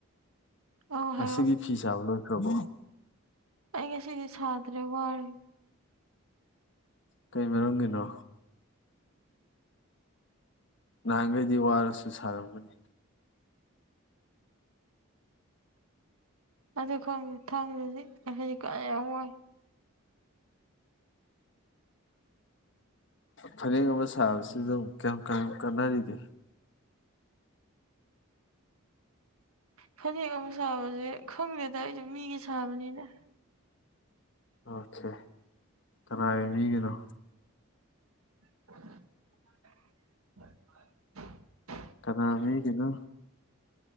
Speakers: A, on the right; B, on the left.
A: ꯑꯧ
B: ꯃꯁꯤꯒꯤ
A: ꯍꯥꯏꯔꯛꯑꯣ
B: ꯐꯤꯁꯕ ꯂꯣꯏꯈ꯭ꯔꯕꯣ
A: ꯑꯩ ꯉꯦꯁꯤꯗꯤ ꯁꯥꯗ꯭ꯔꯦ ꯋꯥꯦ
B: ꯀꯩ ꯃꯔꯔꯒꯤꯗꯣ ꯅꯍꯥꯟꯈꯩꯗꯤ ꯋꯥꯔꯁꯨ ꯁꯥꯔꯝꯕꯅꯤ
A: ꯑꯗꯨ ꯈꯪꯗꯦ ꯊꯥꯡꯗꯤ ꯍꯧꯖꯤꯛ ꯀꯥ ꯌꯥꯝ ꯋꯥꯏ
B: ꯐꯅꯦꯛ ꯑꯃ ꯁꯥꯕꯁꯤ ꯑꯗꯨꯝ ꯀꯌꯥꯝ ꯀ ꯀꯥꯟꯅꯔꯤꯒꯦ
A: ꯐꯅꯦꯛ ꯑꯃ ꯁꯥꯕꯁꯦ ꯈꯪꯗꯦꯗ ꯑꯩꯁꯨ ꯃꯤꯒꯤ ꯁꯥꯕꯅꯤꯅ
B: ꯑꯣꯀꯦ ꯀꯅꯥꯒꯤ ꯃꯤꯒꯤꯅꯣ
A: <inaudible>
B: ꯀꯅꯥ ꯃꯤꯒꯤꯅꯣ